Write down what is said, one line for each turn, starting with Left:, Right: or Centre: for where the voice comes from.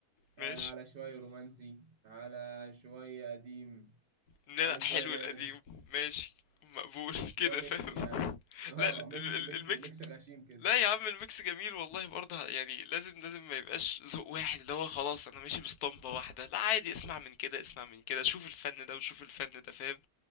Left: ماشي
Right: آه، على شويه رومانسي على شويه قديم
Left: لا
Right: على
Left: لا،
Right: شويه
Left: حلو
Right: راب
Left: القديم ماشي مقبول <laughs>
Right: اللي
Left: كده
Right: هو ميكس
Left: فاهم
Right: يعني <laughs> اه
Left: لا لا،
Right: ميكس
Left: ال- ال-
Right: ميكس
Left: الميكس
Right: ميكس غشيم كده
Left: لا يا عم الميكس جميل والله برضه يعني لازم لازم ما يبقاش ذوق واحد اللي هو خلاص انا ماشي باسطمبة واحدة لا عادي اسمع من كده اسمع من كده شوف الفن ده وشوف الفن ده فاهم